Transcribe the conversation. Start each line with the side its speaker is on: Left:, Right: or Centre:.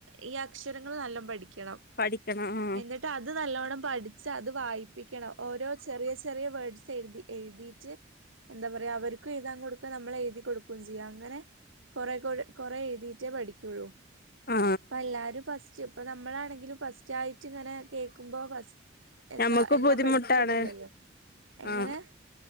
Right: ഈ അക്ഷരങ്ങള് നല്ല പഠിക്കണം
Left: പഠിക്കണം ആഹ്
Right: എന്നിട്ട് അത് നല്ലവണ്ണം പഠിച്ച് അത് വായിപ്പിക്കണം ഓരോ ചെറിയ ചെറിയ വേഡ്സ് എഴുതി എഴുതിട്ട്- എന്താ പറയാ അവർക് എഴുതാൻ കൊടുക്കുക നമ്മള് എഴുതി കൊടുകും ചെയ്യാം അങ്ങനെ- കൊറ കൊട് കൊറെ എഴുതിട്ടേ പഠിക്കുള്ളൂ
Left: ആ
Right: അപ്പ എല്ലാരും ഫസ്റ്റ്- ഇപ്പൊ നമ്മളാണെങ്കിലും ഫസ്റ്റ് ആയിട്ട് ഇങ്ങനെ കേൾക്കുമ്പോ ഫസ്റ്റ്- എന്താ
Left: ഞമ്മക്ക്
Right: എല്ലാം
Left: ബുദ്ധിമുട്ടാണ്
Right: പഠിക്കൊന്നും ഇല്ലല്ലോ എങ്ങനെ-
Left: ആ